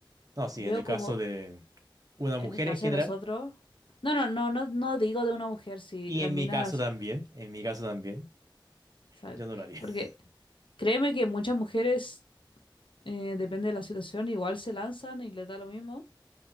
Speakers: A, on the right; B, on the left.
A: No, sí,
B: veo
A: en el caso
B: como,
A: de una mujer
B: en el caso
A: en general,
B: de nosotros. No, no, no, no, no digo de una mujer, sí,
A: y
B: las
A: en
B: minas.
A: mi caso también, en mi caso también,
B: Exacto.
A: yo no lo haría.
B: Porque
A: <laughs>
B: créeme que muchas mujeres, eh, depende de la situación, igual se lanzan y les da lo mismo.